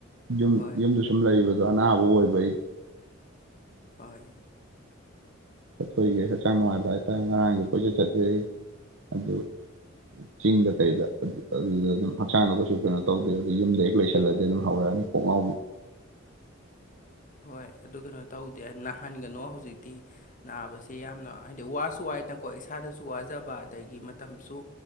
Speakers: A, on the right; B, on the left.
A: ꯌꯨꯝ
B: ꯍꯣꯏ
A: ꯌꯨꯝꯗ ꯁꯨꯝ ꯂꯩꯕꯗꯣ ꯑꯅꯥꯕ ꯑꯣꯏꯕ ꯑꯩꯗꯤ
B: ꯍꯣꯏ
A: ꯆꯠꯊꯣꯛꯏꯒꯩ ꯍꯛꯆꯥꯡ ꯅꯨꯡꯉꯥꯏꯕ ꯍꯥꯏꯇꯥꯔꯦ ꯉꯔꯥꯡꯁꯨ ꯀꯣꯏꯆꯠ ꯆꯠꯂꯦ ꯑꯩ ꯑꯗꯨ ꯆꯤꯡꯗ ꯀꯩꯗ ꯑꯗꯨ ꯑꯗꯨꯗ ꯑꯗꯨꯝ ꯍꯛꯆꯥꯡꯗꯣ ꯀꯩꯁꯨ ꯀꯩꯅꯣ ꯇꯧꯗꯦꯕ ꯑꯗꯨ ꯌꯨꯝꯗ ꯍꯦꯛ ꯂꯩꯁꯤꯜꯂꯗꯤ ꯑꯗꯨꯝ ꯍꯧꯔꯛꯑꯅꯤ ꯀꯣꯛ ꯉꯥꯎꯕꯤ
B: ꯍꯣꯏ ꯑꯗꯨ ꯀꯩꯅꯣ ꯇꯧꯗꯦ ꯅꯥꯍꯟꯒꯅꯣ ꯍꯧꯖꯤꯛꯇꯤ ꯅꯥꯕꯁꯦ ꯌꯥꯝꯅ ꯍꯥꯏꯗꯤ ꯋꯥꯁꯨ ꯋꯥꯏꯅꯀꯣ ꯏꯁꯥꯗꯁꯨ ꯋꯥꯖꯕ ꯑꯗꯒꯤ ꯃꯇꯝꯁꯨ